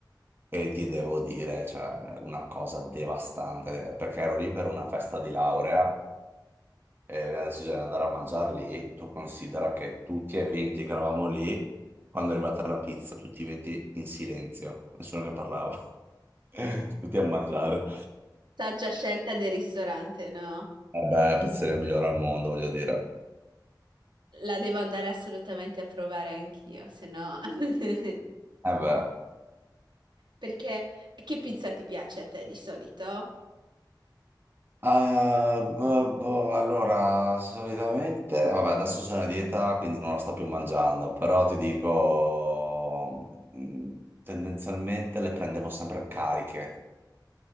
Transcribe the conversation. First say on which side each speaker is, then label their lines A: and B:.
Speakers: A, on the right; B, on the right.
A: e ti devo dire, cioè, una cosa devastante, perché ero lì per una festa di laurea e abbiamo deciso di andare a mangiare lì. Tu considera che tutti e 20 che eravamo lì, quando è arrivata la pizza, tutti e 20 in silenzio, nessuno che parlava, <laughs> tutti a mangiare.
B: Saggia scelta del ristorante, no?
A: Eh beh, pizzeria migliore al mondo, voglio dire.
B: La devo andare assolutamente a provare anch'io, se no... <laughs>
A: Eh beh.
B: Perché che pizza ti piace a te di solito?
A: Ah, boh, boh, allora, solitamente, vabbè, adesso sono a dieta, quindi non la sto più mangiando, però ti dico, mh, tendenzialmente le prendevo sempre cariche,